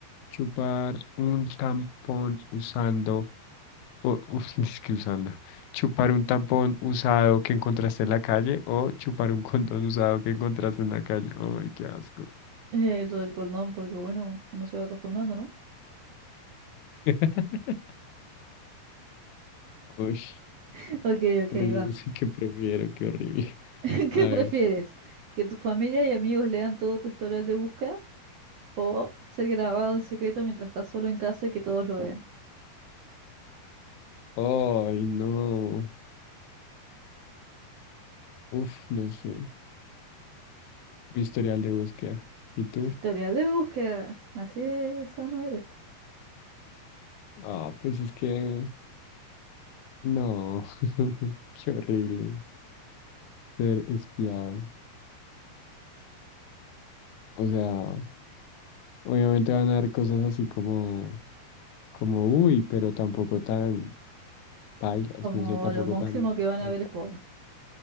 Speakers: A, on the left; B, on the right.
A: Chupar un tampón usando, o, us- <laughs> es que usando, chupar un tampón usado que encontraste en la calle o chupar un condón usado que encontraste en la calle. Ay, qué asco.
B: Eh, lo del condón, porque bueno, uno se va acostumbrando, ¿no?
A: <laughs> Uy,
B: <laughs> Ok, ok,
A: uy,
B: va.
A: yo no sé qué prefiero, qué horrible.
B: <laughs> ¿Qué
A: A ver.
B: prefieres? ¿Que tu familia y amigos lean todo tu historial de búsqueda? ¿O ser grabado en secreto mientras estás solo en casa y que todos lo vean?
A: Ay, no. Uf, no sé. Mi historial de búsqueda. ¿Y tú?
B: Tu historial de búsqueda. Así de sano eres.
A: Ah, pues es que no. <laughs> Qué horrible ser espiado. O sea. Obviamente van a haber cosas así como, como, uy, pero tampoco tan bailas,
B: Como
A: no sé, tampoco
B: lo máximo
A: tan...
B: que van a
A: tan
B: ver
A: fea".
B: es porno.